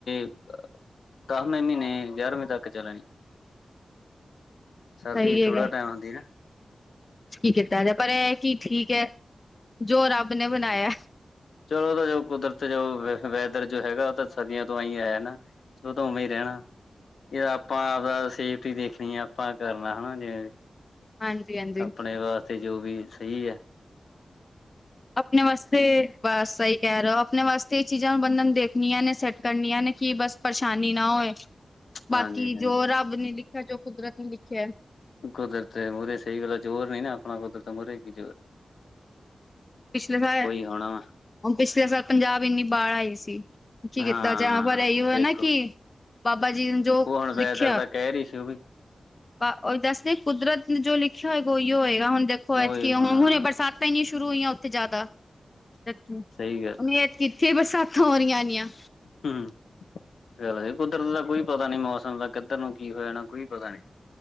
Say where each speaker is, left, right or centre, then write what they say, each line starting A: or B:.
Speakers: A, on the left; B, on the left.
A: ਅ ਦਸਵੇਂ ਮਹੀਨੇ ਗਿਆਰਵੇਂ ਤੱਕ ਚੱਲਣੀ। ਸਰਦੀ
B: <inaudible> ਸਹੀ ਹੈਗਾ।
A: ਥੋੜਾ ਟਾਈਮ ਹੁੰਦੀ ਨਾ
B: ਕੀ ਕੀਤਾ ਜਾਏ, ਪਰ ਇਹ ਕੀ ਠੀਕ ਹੈ ਜੋ ਰੱਬ ਨੇ ਬਣਾਇਆ
A: ਹਂ, ਹਂ। ਚਲੋ ਉਹ ਤਾਂ ਜੋ ਕੁਦਰਤ ਜੋ ਵੈਦਰ ਜੋ ਹੈਗਾ ਉਹ ਤਾਂ ਸਰਦੀਆਂ ਤੋਂ ਅਂਈ ਆ ਹੈ ਨਾਂ। ਉਹ ਤਾਂ ਉਵੇਂ ਹੀ ਰਹਿਣਾ। ਇਹ ਆਪਾਂ ਆਪਦਾ ਸੇਫਟੀ ਦੇਖਣੀ ਏ, ਆਪਾਂ ਕਰਨਾ ਹੇਨਾ ਜਿਵੇਂ ਵੀ
B: ਹਾਂਜੀ ਹਾਂਜੀ
A: ਆਪਣੇ ਵਾਸਤੇ ਜੋ ਵੀ ਸਹੀ ਏ।
B: ਆਪਣੇ ਵਾਸਤੇ ਬਸ ਸਹੀ ਕਹਿ ਰਹੇ ਹੋ, ਆਪਣੇ ਵਾਸਤੇ ਇਹ ਚੀਜ਼ਾਂ ਬੰਦੇ ਨੂੰ ਦੇਖਣੀਆਂ ਨੇਂ, ਸੈੱਟ ਕਰਨੀਆਂ ਨੇਂ ਕੀ ਬਸ ਪਰੇਸ਼ਾਨੀ ਨਾਂ ਹੋਏ, ਬਾਕੀ
A: ਹਾਂਜੀ ਹਾਂਜੀ
B: ਜੋ ਰੱਬ ਨੇ ਲਿਖਿਆ, ਜੋ ਕੁਦਰਤ ਨੇਂ ਲਿਖਿਆ।
A: ਕੁਦਰਤ ਮੂਹਰੇ ਸਹੀ ਗੱਲ ਜ਼ੋਰ ਨੀਂ ਨਾਂ ਆਪਣਾ ਕੁਦਰਤ ਮੂਹਰੇ ਕੀ ਜੋੋਰ
B: ਪਿਛਲੇ ਸਾਲ,
A: ਹੋਣਾ ਵਾ
B: ਹੁਣ ਪਿਛਲੇ ਸਾਲ ਪੰਜਾਬ ਇੰਨੀ ਬਾ਼ੜ ਆਈ ਸੀ। ਕਿ ਕੀਤਾ
A: ਹਾਂ
B: ਜਾਏ, ਪਰ ਇਹੀ ਹੋ ਹੈ
A: ਵੇਖੋ
B: ਨਾਂ ਕਿ ਬਾਬਾ ਜੀ ਜੋ
A: ਉਹ ਹੁਣ ਵੈਦਰ
B: ਲਿਖਿਆ
A: ਦਾ ਕਹਿਰ ਹੀ ਸੀ ਉਹ ਵੀ
B: ਆ ਉਹੀ ਦੱਸਦੇ ਕੁਦਰਤ ਨੇਂ ਜੋ ਲਿਖਿਆ ਹੋਏਗਾ, ਉਹੀ ਹੋਏਗਾ। ਹੁਣ ਦੇਖੋ ਐਤਕੀਂ
A: ਉਹੀ ਹੋਣਾ
B: ਹੁਣੇ ਬਰਸਾਤ ਤੇ ਈ ਨ੍ਹੀਂ ਸ਼ੁਰੂ ਹੋਈਆਂ ਉੱਥੇ ਜ਼ਿਆਦਾ <unintelligible>
A: ਸਹੀ ਗੱਲ
B: ਐਤਕੀ ਫਿਰ ਬਰਸਾਤਾਂ ਹੋ ਰਹੀਆਂ ਏਨੀਆਂ।
A: ਹਂ ਚੱਲੋ ਜੀ ਕੁਦਰਤ ਦਾ ਕੋਈ ਪਤਾ ਨੀਂ, ਮੌਸਮ ਦਾ ਕਿੱਧਰ ਨੂੰ ਕੀ ਹੋ ਜਾਣਾ ਕੋਈ ਪਤਾ ਨੀਂ।